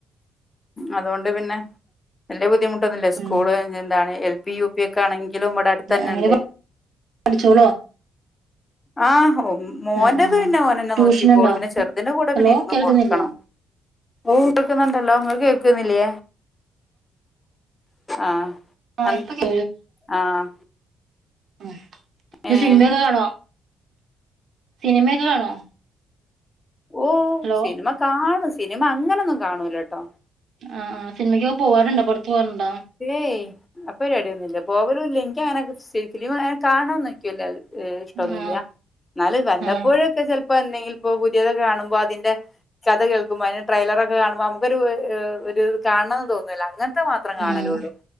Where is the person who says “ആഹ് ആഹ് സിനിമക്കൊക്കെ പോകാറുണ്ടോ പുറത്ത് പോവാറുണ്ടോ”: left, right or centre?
Right